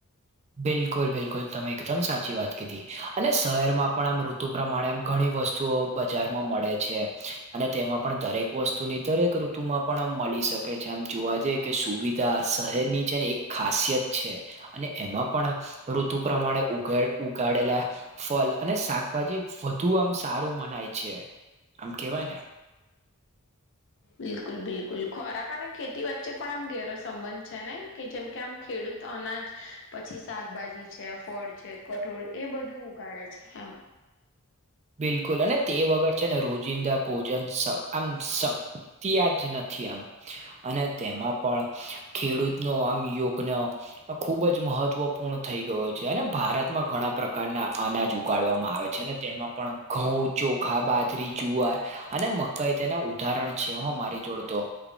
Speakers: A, on the right; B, on the left.
A: બિલકુલ બિલકુલ તમે એકદમ સાચી વાત કીધી અને શહેરમાં પણ આમ ઋ તુ પ્રમાણે આમ ઘણી વસ્તુઓ બજારમાં મળે છે અને તેમાં પણ દરેક વસ્તુની દરેક ઋતુમાં પણ આમ મળી શકે છે આમ જોવા જઈ કે સુવિધા શહેરની છે ને એક ખાસિયત છે. અને એમાં પણ ઋતુ પ્રમાણે ઉગાય ઉગાડેલા ફલ અને શાકભાજી વધુ આમ સારું મનાય છે આમ કેવાય ને.
B: બિલકુલ બિલકુલ ખોરાક અને ખેતી વચ્ચે પણ આમ ઘેરો સંબંધ છે નઈ? કે જેમ કે આમ ખેડૂત અનાજ પછી શાકભાજી છે, ફળ છે, કઠોળ એ બધું ઉગાડે છેમ
A: બિલકુલ અને તે વગર છે ને રોજિંદા ભોજન શાખ આમ શક્તિ આજ જ નથી આમ. અને તેમાં પણ ખેડૂતનો આમ યોગનો ખુબ જ મહત્વપૂર્ણ થઈ ગયો છે અને ભારતમાં ઘણા પ્રકારના અનાજ ઉગાડવામાં આવે છે ને તેમાં પણ ઘઉં, ચોખા, બાજરી, જુવાર અને મકઈ તેના ઉદાહરણ છે હો મારી જોડે તો.